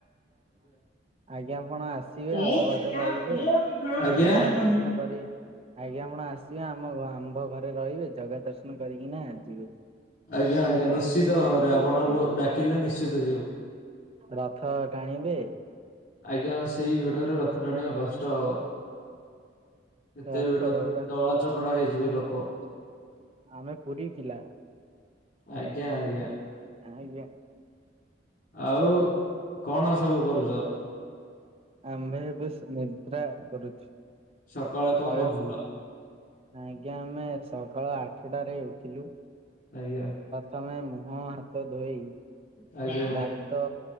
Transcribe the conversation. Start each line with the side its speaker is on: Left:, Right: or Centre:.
Right: ଆଜ୍ଞାପଣ ଆସିବେ
Left: କହୁଛି
Right: ଆମ ଘରେ
Left: ପଳା
Right: ରହିବେ
Left: କୋଉଠି ଖେଳୁଛୁ ମୁଁ
Right: ଜଗା
Left: ଜାଣିପାରୁନି।
Right: ଦର୍ଶନ କରି ଆଜ୍ଞା ଆପଣ ଆସିବେ ଆମ ଆମ୍ଭ ଘରେ ରହିବେ ଜଗା ଦର୍ଶନ କରିକି ନା ଯିବେ
Left: ଆଜ୍ଞା ଆଜ୍ଞା ନିଶ୍ଚିତ ଭାବରେ ଆପଣଙ୍କୁ ଡାକିଲେ ନିଶ୍ଚିତ ଯିବୁ
Right: ରଥ ଟାଣିବେ
Left: ଆଜ୍ଞା ସେଇ ଭିଡରେ ରଥ ଟାଣିବା କଷ୍ଟ ହବ ଏତେ
Right: ରଥ
Left: ଭିଡ
Right: ଦୌଡା
Left: ନାହି ତଳ ଚକଡା ହେଇଯିବେ ଲୋକ
Right: ଆମେ ପୁରୀ ଥିଲା
Left: ଆଜ୍ଞା ଆଜ୍ଞା
Right: ଆଜ୍ଞା
Left: ଆଉ କଣ ସବୁ କରୁଛ
Right: ଆମ୍ଭେ ବେଶ ନିଦ୍ରା କରୁଛୁ
Left: ସକାଳେ କଣ
Right: ଶୟନ।
Left: କରୁଥିଲା
Right: ଆଜ୍ଞା ଆମେ ସକାଳ ଆଠଟାରେ ଉଠିଲୁ
Left: ଆଜ୍ଞା
Right: ତମେ ମୁହଁ ହାତ ଦାନ୍ତ ଧୋଇ
Left: ଆଜ୍ଞା
Right: ଦାନ୍ତ